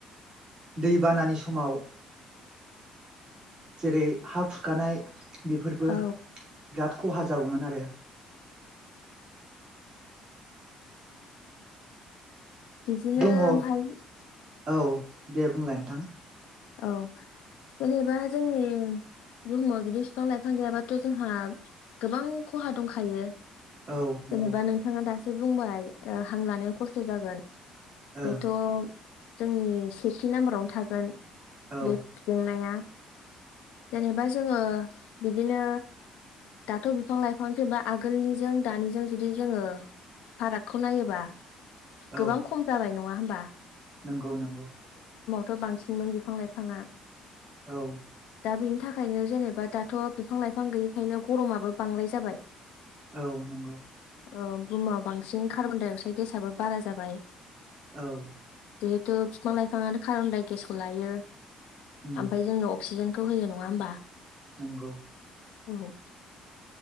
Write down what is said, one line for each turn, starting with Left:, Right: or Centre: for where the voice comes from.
Right: दै बानानि समाव जेरै हा खुरखानाय बेफोरबो
Left: औ
Right: बिराद खहा जागौमोन आरो
Left: बिदिनो
Right: दङ औ
Left: ओमफाय
Right: दे बुंलाय नोंथां
Left: औ जेनेबा जोंनि बुहुमाव जुदि बिफां लाइफां गैयाबाथ' जोंहा गोबां खहा दंखायो।
Right: औ नंगौ
Left: जेनेबा नोंथाङा दासो बुंबाय हां लानायाव खस्थ' जागोन
Right: ओं
Left: बेथ' जोंनि सेथि नाम्बारावनो थागोन
Right: औ
Left: बे जेंनाया जेनेबा जोङो बिदिनो दाथ' बिफां लाइफांसैबा आगोलनिजों दानिजों जुदि जोङो फारागखौ नायोबा
Right: औ
Left: गोबां खम जाबाय नङा होमबा
Right: नंगौ नंगौ
Left: थ' बांसिनमोन बिफां लाइफाङा
Right: औ
Left: दा बिनि थाखायनो जेनेबा दाथ' बिफां लाइफां गैयिखायनो गरमाबो बांद्राय जाबाय।
Right: औ नंगौ
Left: बुहुमाव बांसिन कार्बन डाइ अक्साइद गेसाबो बारा जाबाय
Right: औ
Left: जिहेथु बिफां लाइफाङआनो खारबनदाय गेसखौ लायो
Right: उम
Left: ओमफ्राय जोंनो अक्सिजेनखौ होयो नङा होमबा
Right: नंगौ
Left: औ